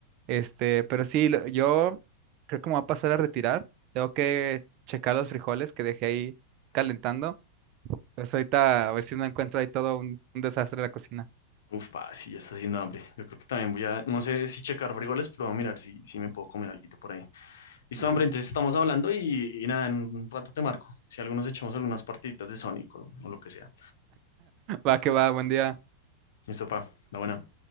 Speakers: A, on the right; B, on the left.
A: Este, pero sí, lo- yo creo que me voy a pasar a retirar. Tengo que checar los frijoles que dejé ahí calentando. Pues ahorita a ver si no encuentro ahí todo un, un desastre en la cocina.
B: Uf, pa, sí, ya está haciendo hambre. Yo creo que también voy a, no sé si checar frijoles, pero voy a mirar si, si me puedo comer alguito por ahí. Listo,
A: <laughs>
B: hombre, entonces estamos hablando y, y nada, en un rato te marco. Si algunos echamos algunas partiditas de Sonic o o lo que sea.
A: Va que va, buen día.
B: Eso, pa, la buena.